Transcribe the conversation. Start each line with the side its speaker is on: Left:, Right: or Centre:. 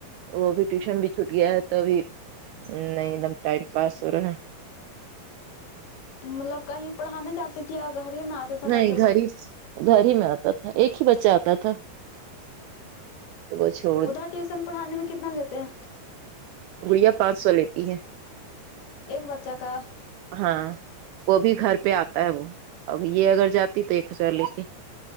Right: وہ ابھی ٹیوشن بھی چھوٹ گیا ہے تو ابھی نہیں ایک دم ٹائم پاس ہو رہا ہے
Left: مطلب کہیں پڑھانا جاتے تتیا گھر ہی میں آتے تھا
Right: نہیں
Left: بچے لوگ
Right: گھر ہی گھر ہی میں آتا تھا ایک ہی بچہ آتا تھا وہ چہو
Left: ادھر ٹیوشن پڑھانے میں کتنا لیتے ہیں
Right: گڑیا پانچ سو لیتی ہے
Left: ایک بچہ کا
Right: ہاں وہ بھی گھر پہ آتا ہے وہ اب یہ اگر جاتی تو ایک ہزار لیتی